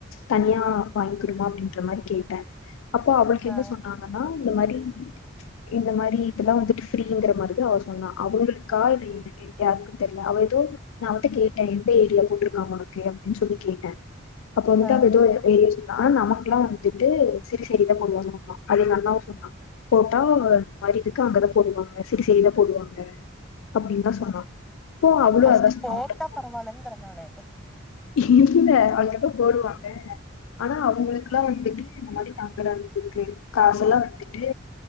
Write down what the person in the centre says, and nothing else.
ஆ
ஆ
ஃபஸ்ட்
போட்டா
பரவல்லங்கர நானு